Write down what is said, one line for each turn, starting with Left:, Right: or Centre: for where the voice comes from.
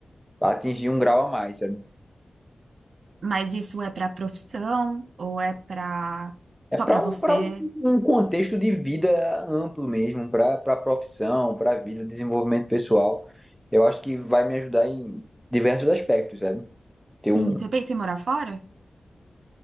Centre: atingir um grau a mais, sabe?
Right: Mas isso é para profissão ou é para só
Centre: É pra
Right: para você?
Centre: um para um, um contexto de vida amplo mesmo, pra para profissão, pra vida, desenvolvimento pessoal. Eu acho que vai me ajudar em diversos aspectos, sabe? Ter um
Right: Sim, você pensa em morar fora?